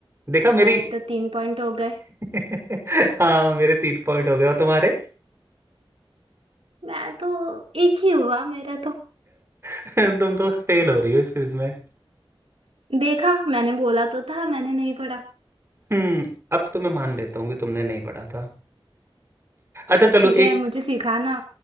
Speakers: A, on the right; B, on the right.
A: देखा
B: तुम्हारे
A: मेरी
B: तो तीन पॉइंट हो गए
A: <laughs> हाँ मेरे तीन पॉइंट हो गए और तुम्हारे
B: मैं तो एक ही हुआ मेरा तो
A: <laughs> तुम तो फेल हो रही हो इस क्विज में
B: देखा मैंने बोला तो था मैंने नहीं पढ़ा
A: हम्म अब तो मैं मान लेता हूँ कि तुमने नहीं पढ़ा था अच्छा चलो
B: ठीक है
A: एक
B: मुझे सिखाना